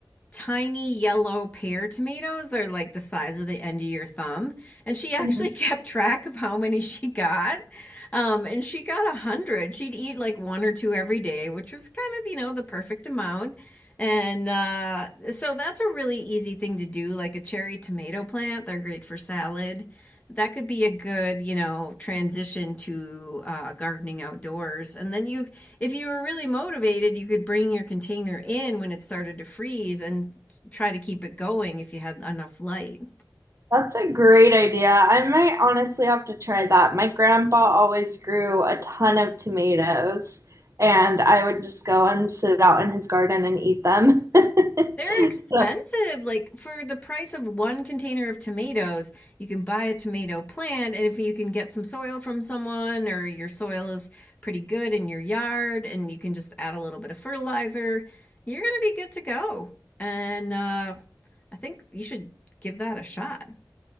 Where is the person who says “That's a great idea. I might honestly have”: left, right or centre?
Right